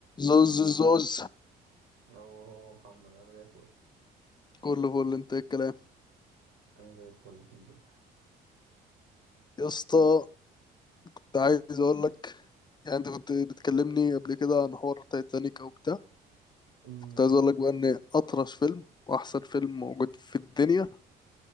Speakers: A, on the left; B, on the right.
A: زوز زوز
B: هو هو محمد عامل ايه يا اخويا
A: كله فل انت ايه الكلام
B: انا زي الفل الحمد لله
A: يا اسطى كنت عايز اقول لك يعني انت كنت بتكلمني قبل كده عن حوار تايتانيك وبتاع
B: امم
A: كنت عايز اقول لك بقى ان اطرش فيلم واحسن فيلم موجود في الدنيا